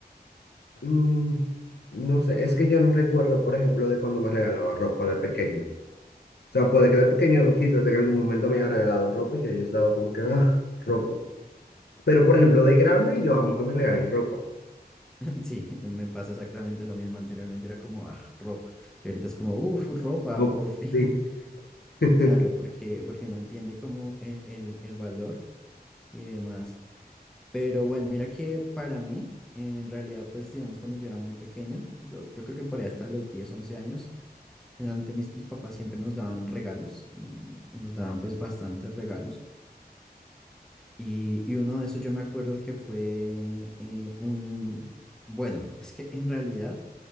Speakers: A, on the left; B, in the centre.
A: Mm, no sé, es que yo no recuerdo, por ejemplo, de cuando me regalaban ropa de pequeño. O sea, puede que de pequeño quizás en algún momento me hayan regalado ropa y yo haya estado como que, ah, ropa. Pero, por ejemplo, de grande yo amo que me regalen ropa.
B: <laughs> Sí, me pasa exactamente lo mismo. Anteriormente era como "Ah, ropa y ahorita es como, uff, ropa,
A: Como-
B: por fin.
A: Sí.
B: <laughs>
A: <laughs>
B: Claro, porque, porque no entiende como e- el, el valor y demás. Pero bueno, mira que para mí, en realidad, pues digamos cuando yo era muy pequeño, yo, yo creo que por ahí hasta los 10 11 años, Generalmente mis, mis papás siempre nos daban regalos y, y nos daban pues bastantes regalos. Y, y uno de esos yo me acuerdo que fue eh, un... Bueno, es que en realidad